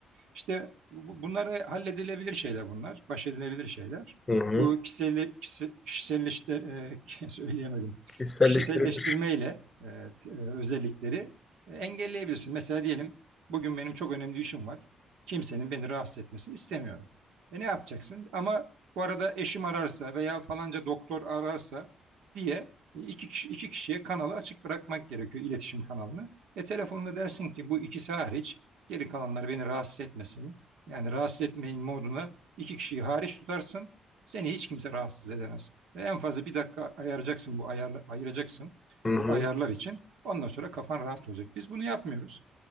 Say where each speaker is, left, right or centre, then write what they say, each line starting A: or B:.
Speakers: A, on the right; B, on the left.
A: İşte bu- bunları halledilebilir şeyler bunlar. Baş edilebilir şeyler.
B: hı hı.
A: Bu kişisel, kişiselleştir, e, <laughs> söyleyemedim.
B: Kişiselleştirilmiş.
A: Kişiselleştirmeyle e, t- e, özellikleri e, engelleyebilirsin. Mesela diyelim bugün benim çok önemli işim var. Kimsenin beni rahatsız etmesini istemiyorum. E ne yapacaksın? Ama bu arada eşim ararsa veya falanca doktor ararsa diye e, iki kişi, iki kişiye kanalı açık bırakmak gerekiyor iletişim kanalını. E telefonla dersin ki bu ikisi hariç Geri kalanlar beni rahatsız etmesin. Yani rahatsız etmeyin moduna iki kişiyi hariç tutarsın. Seni hiç kimse rahatsız edemez. Ve en fazla bir dakika ayıracaksın bu ayarla, ayıracaksın
B: Hı
A: bu
B: hı.
A: ayarlar için. Ondan sonra kafan rahat olacak. Biz bunu yapmıyoruz.